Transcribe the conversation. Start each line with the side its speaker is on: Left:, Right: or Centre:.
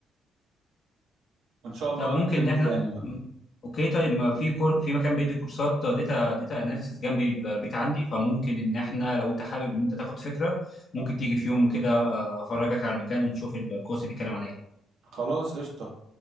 Right: وان شاء الله
Left: طب ممكن
Right: نتكلم
Left: إن احنا
Right: تاني بقى
Left: م- اوكي طيب ما في كور... في مكان بيدي كورسات داتا داتا اناليسز جنب البيت عندي فممكن ان احنا لو انت حابب ان انت تاخد فكره ممكن تيجي في يوم كده آه، افرجك على المكان ونشوف الكورس بيتكلم عن ايه
Right: خلاص قشطة